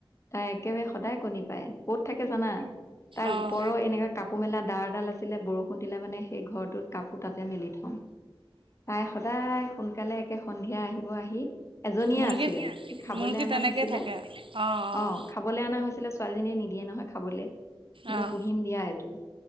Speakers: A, on the left; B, on the right.
A: তাই একেবাৰে সদায় কণী পায়। ক'ত থাকে জানা? তাইৰ
B: অঁ
A: ওপৰৰ
B: অঁ
A: এনেকা কাপোৰ মেলা ডাঁৰ ডাল আছিলে বৰষুণ দিলে মানে সেই ঘৰটোত কাপোৰ তাতে মেলি থ‌ও তাই সদায় সোনকালে একে সন্ধিয়া আহিব আহি এজনীয়ে
B: মুৰ্গী
A: আছিলে সি খাবলৈ
B: মুৰ্গী
A: অনা
B: তেনেকেই
A: হৈছিলে
B: থাকে অঁ অঁ
A: অ খাবলৈ অনা হৈছিলে ছোৱালজনীয়ে নিদিয়ে নহয় খাবলে বোলে
B: অঁ
A: পুহিম দিয়া এইটো তাৰ